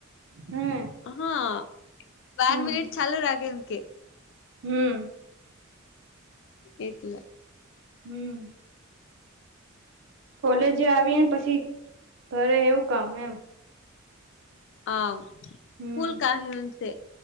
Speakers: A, on the right (about 60°); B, on the left (about 60°).
A: હમ,
B: હા બાર
A: હમ
B: મિનિટ ચાલો રાખે એમ કે,
A: હમ,
B: એટલે,
A: હમ કોલેજ આવીને પછી ઘરે એવું કામ એમ,
B: આ
A: હમ
B: ફૂલ કામ હીંદ્સે,